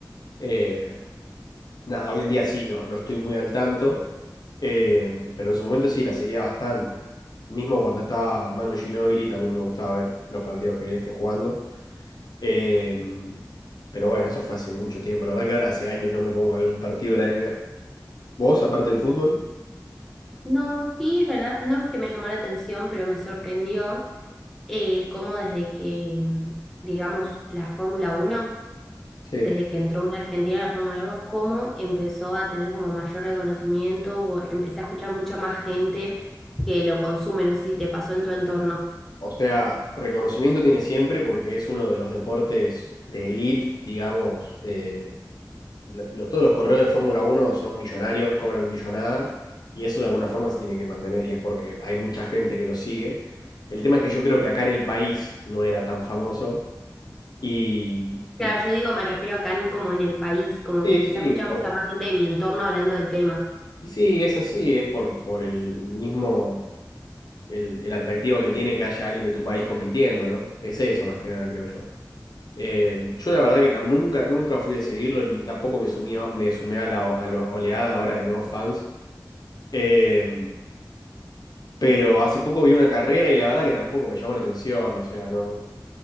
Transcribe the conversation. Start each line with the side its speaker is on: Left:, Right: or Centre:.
Left: Eh, nada, hoy en día sí, no, no estoy muy al tanto, eh, pero en su momento sí, la seguía bastante. Mismo cuando estaba Manu Ginóbili también me gustaba ver los partidos que él esté jugando. Eh, pero bueno, eso fue hace mucho tiempo. La verdad que ahora hace años no me pongo a ver un partido de la NBA. ¿Vos, aparte del fútbol?
Centre: No, sí, es verdad, no es que me llamó la atención, pero me sorprendió eh, cómo desde que, mm, digamos, la Fórmula Uno
Left: Sí.
Centre: desde que entró una argentina a la Fórmula uno cómo empezó a tener como mayor reconocimiento o empecé a escuchar mucha más gente que lo consume. No sé si te pasó en tu entorno.
Left: O sea, reconocimiento tiene siempre porque es uno de los deportes de elite, digamos. eh, lo- lo- todos los correos de Fórmula uno son millonarios, cobran millonada y eso de alguna forma se tiene que mantener y es porque hay mucha gente que lo sigue. El tema es que yo creo que acá en el país no era tan famoso y... y-
Centre: Claro, yo digo, me refiero acá en- como en el país, como
Left: Sí,
Centre: que empecé
Left: sí.
Centre: a escuchar mucha más gente de mi entorno hablando del tema.
Left: Y sí, es así, es por, por el mismo, el, el atractivo que tiene que haya alguien de tu país compitiendo, ¿no? Es eso más que nada, creo yo. Eh, yo la verdad que tam- nunca, nunca fui a seguirlo, ni tampoco me sumí me sumé a la, o- a la oleada ahora de nuevos fans. Eh, pero hace poco vi una carrera y la verdad que tampoco me llamó la atención, o sea, no,